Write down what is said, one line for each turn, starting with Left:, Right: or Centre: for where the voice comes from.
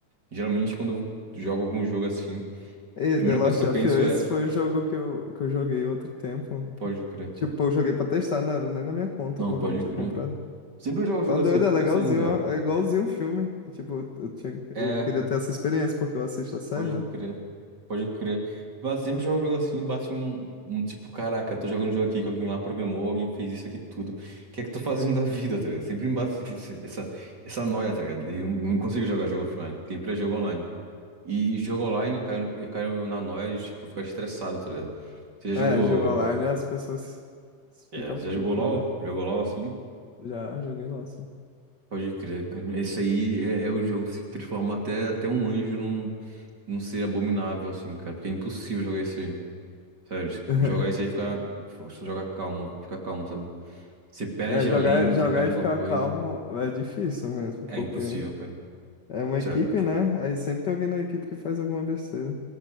Right: Geralmente, quando eu jogo algum jogo assim, a
Left: E
Right: primeira
Left: The Last
Right: coisa que eu
Left: of
Right: penso
Left: Us,
Right: é,
Left: esse foi o jogo que eu, que eu joguei outro tempo.
Right: pode crer.
Left: Tipo, eu joguei pra testar, não era nem na minha conta,
Right: Não,
Left: porque
Right: pode
Left: eu não tinha
Right: crer.
Left: comprado.
Right: Sempre que eu jogo um jogo
Left: Tá doido,
Right: assim, eu fico
Left: é legalzinho,
Right: pensando, viado.
Left: ó, é igualzinho um filme. Tipo, eu, eu tinha,
Right: é
Left: eu queria ter essa experiência, porque eu assisto a série,
Right: Pode
Left: né?
Right: crer. Pode crer. Vá, Sempre joga um jogo assim, bate um, um tipo, caraca, tô jogando um jogo aqui que alguém lá programou, alguém fez isso aqui tudo. O que é que tô fazendo da vida, tá ligado? Sempre me bate esse- essa, essa noia, tá ligado? E não, não consigo jogar jogo offline. Sempre é jogo online. E, e jogo online, eu caio, eu caio na noia de, tipo, ficar estressado, tá ligado? Você já jogou.
Left: É, jogo online, as pessoas
Right: É,
Left: ficam
Right: você
Left: putas,
Right: já jogou LOL?
Left: né?
Right: Jogou LOL assim?
Left: Já joguei LOL, sim.
Right: Pode crer, cara. Esse aí é, é o jogo que se transforma até, até um anjo num, num ser abominável, assim, cara. Porque é impossível jogar isso aí. Sério, se
Left: <laughs>
Right: jogar isso aí fica. Se jogar calmo, fica calmo, sabe? se perde
Left: É, jogar,
Right: a lane,
Left: jogar
Right: você perde
Left: e ficar
Right: alguma coisa.
Left: calmo é difícil mesmo,
Right: É
Left: porque
Right: impossível, cara.
Left: é uma
Right: Sério,
Left: equipe, né? Aí sempre tem alguém na equipe que faz alguma besteira.